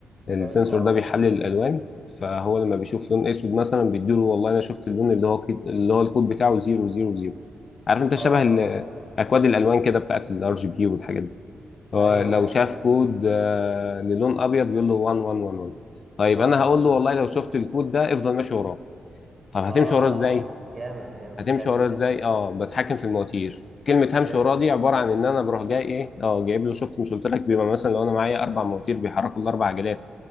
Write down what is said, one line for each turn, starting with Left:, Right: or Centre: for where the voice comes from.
Left: السنسور
Right: حلو اه
Left: ده بيحلل الالوان فهو لما بيشوف لون اسود مثلا بيديله والله انا شفت اللون اللي هو كي- اللي هو الكود بتاعه 000 عارف انت
Right: اه
Left: شبه ال-
Right: اه
Left: اكواد الالوان كده بتاعت الار جي بي والحاجات دي هو
Right: ايوه
Left: لو
Right: ايوه
Left: شاف
Right: فهمت
Left: كود آه، للون ابيض بيقول له 1111 طيب
Right: اه
Left: انا هقول له والله لو شفت الكود ده افضل ماشي وراه طب هتمشي
Right: اه
Left: وراه ازاي
Right: جامد جامد
Left: هتمشي
Right: حلو
Left: وراه ازاي اه بتحكم في المواتير
Right: <laughs>
Left: كلمه
Right: فهمت
Left: همشي وراه دي
Right: فهمت
Left: عباره
Right: الحته
Left: عن
Right: دي
Left: ان انا بروح جاي ايه اه جايب له شفت مش قلت لك بيبقى مثلا لو انا معايا اربع مواتير بيحركوا الاربع عجلات